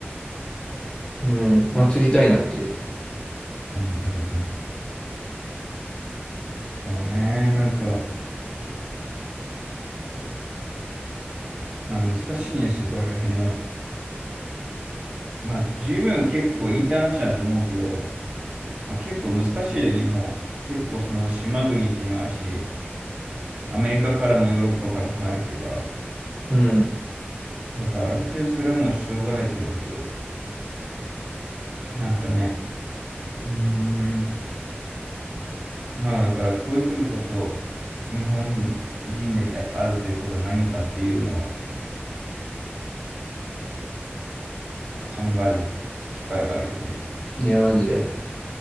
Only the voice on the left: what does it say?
うん、祭りたいなっていう。
うん。
いや、マジで。